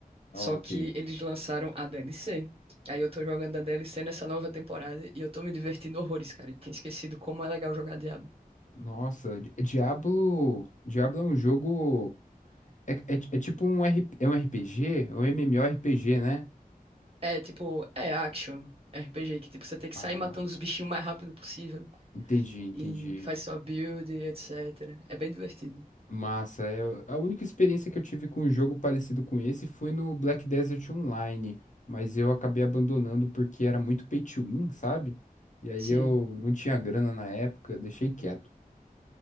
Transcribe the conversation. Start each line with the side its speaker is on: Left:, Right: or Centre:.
Left: Ok.
Right: Só que eles lançaram a DLC. Aí eu tô jogando a DLC nessa nova temporada e eu tô me divertindo horrores, cara. Eu tinha esquecido como é legal jogar Diablo.
Left: Nossa, Di- Diablo, Diablo é um jogo. É, é, é tipo um, R, é um RPG, é um MMORPG, né?
Right: É tipo, é action RPG, que tipo, você tem que
Left: Ah,
Right: sair matando os bichinhos o mais rápido possível.
Left: entendi, entendi.
Right: E faz sua build, etc. É bem divertido.
Left: Massa, é, a única experiência que eu tive com um jogo parecido com esse foi no Black Desert Online, mas eu acabei abandonando porque era muito pay to win, sabe? E aí
Right: Sim.
Left: eu não tinha grana na época, deixei quieto.